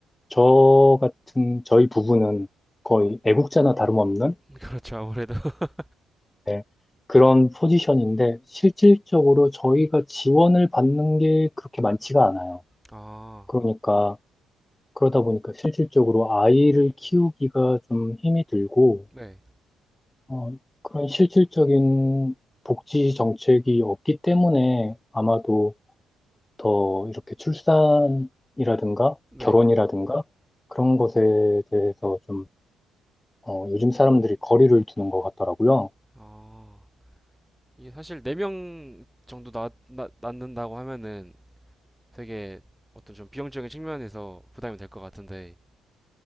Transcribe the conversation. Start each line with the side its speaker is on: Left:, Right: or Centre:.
Left: 저 같은 저희 부부는 거의 애국자나 다름없는
Centre: 그렇죠. 아무래도. <laughs>
Left: 네, 그런 포지션인데 실질적으로 저희가 지원을 받는 게 그렇게 많지가 않아요.
Centre: 아,
Left: 그러니까 그러다 보니까 실질적으로 아이를 키우기가 좀 힘이 들고
Centre: 네.
Left: 어, 그런 실질적인 복지 정책이 없기 때문에 아마도 더 이렇게 출산이라든가
Centre: 네.
Left: 결혼이라든가 그런 것에 대해서 좀 어, 요즘 사람들이 거리를 두는 것 같더라고요.
Centre: 아, 이게 사실 4명 정도 낳, 낳, 낳는다고 하면은 되게 어떤 좀 비용적인 측면에서 부담이 될 것 같은데